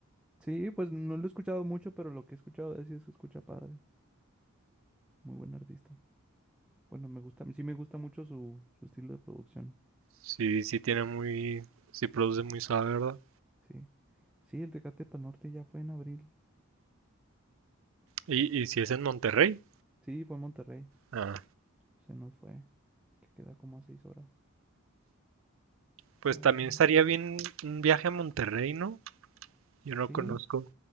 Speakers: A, in the centre; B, on the right.
A: Sí, pues no lo he escuchado mucho, pero lo que he escuchado de él sí se escucha padre. Muy buen artista. Bueno, me gusta, sí me gusta mucho su, su estilo de producción.
B: Sí, sí tiene muy, sí produce muy suave, ¿verdad?
A: Sí. Sí, el Tecate Pa'l Norte ya fue en abril.
B: Y, y si es en Monterrey,
A: Sí, fue en Monterrey.
B: ah,
A: Se nos fue. Que queda como a seis horas.
B: pues
A: Ta,
B: también
A: ta.
B: estaría bien un viaje a Monterrey, ¿no? Yo no
A: Sí,
B: conozco.